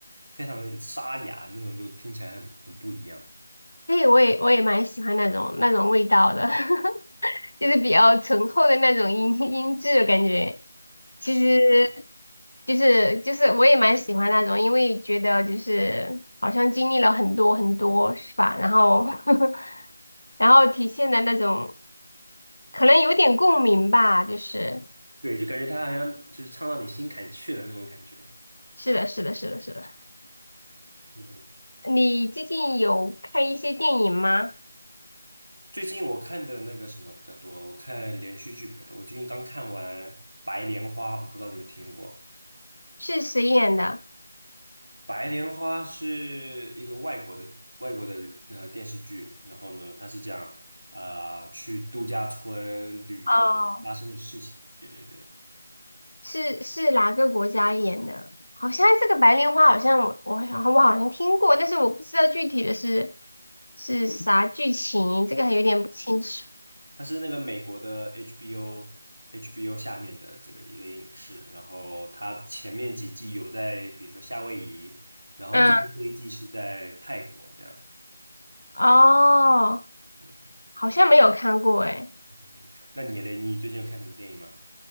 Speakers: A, on the right; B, on the left.
A: 非常沙哑，那种就听起来很很不一样。
B: 哎，我也我也蛮喜欢那种那种味道的，<laughs> 就是比较醇厚的那种音音质的感觉。其实，
A: 是，
B: 就是就是我也蛮喜欢那种，因为觉得就是好像经历了很多很多，是吧？然后 <laughs> 然后体现的那种可能有点共鸣吧，就是。
A: 对，就感觉他好像就是唱到你心坎去了那种感觉。
B: 是的，是的，是的，是的，
A: 嗯。
B: 你最近有看一些电影吗？
A: 最近我看的那个什么比较多，我看连续剧比较多。我最近刚看完《白莲花》，我不知道你们听过。
B: 是谁演的？
A: 《白莲花》是一个外国的外国的呃电视剧，然后呢，它是讲啊、呃去度假村旅游发生的事情。
B: 哦，
A: 对对对，
B: 是是哪个国家演的？好像这个白莲花，好像我我好像我好像听过，但是我不知道具体的是是啥剧情，这个还有点不清楚。
A: 它是那个美国的 HBO HBO 下面的这个一个影视，然后它前面几季有在比如说夏威夷，然后最后这一季是在泰国这样。
B: 嗯，哦，
A: 对。
B: 好像没有看过哎。
A: 嗯那你嘞？你最近有看什么电影吗？